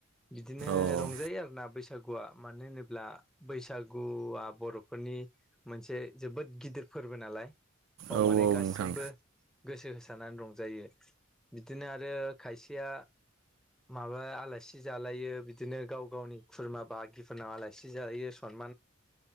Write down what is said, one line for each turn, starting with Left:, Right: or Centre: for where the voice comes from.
Centre: बिदिनो
Right: औ
Centre: रंजायो आरोना बैसागुआ मानो होनोब्ला बैसागुआ बर'फोरनि <unintelligible> मोनसे जोबोद गिदिर फोरबो नालाय बाव
Right: औ
Centre: माने
Right: औ
Centre: गासिबो
Right: नोंथां
Centre: गोसो होसारनानै रंजायो बिदिनो आरो खायसे <unintelligible> माबा आलासि जालायो बिदिनो गाव गावनि खुरमा बागिफोरनाव आलासि जालायो सन <unintelligible>